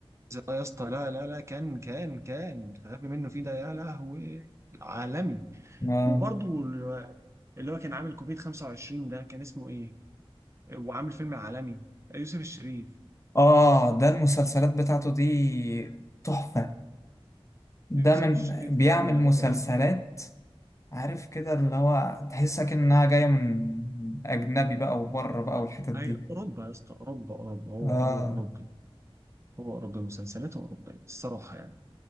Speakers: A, on the right; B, on the left.
A: يا اسطى لا لا لا كان كان كان الغبي منه فيه ده يا لهوي عالمي
B: اه
A: وبرضه ال- اللي هو كان عامل كوفيد 25 ده كان اسمه إيه وعامل فيلم عالمي يوسف الشريف
B: اه ده المسلسلات بتاعته دي تحفه ده
A: يوسف
B: من
A: الشريف
B: بيعمل
A: ده اللي
B: مسلسلات
A: هو ايه
B: عارف كده اللي هو تحسها كأنها جاية من من أجنبي بقى وبره بقى
A: من-
B: والحتت دي
A: أي أوروبا يا اسطى أوروبا أوروبا هو
B: آه
A: هو أوروبي هو أوروبي مسلسلاته أوروبية الصراحة يعني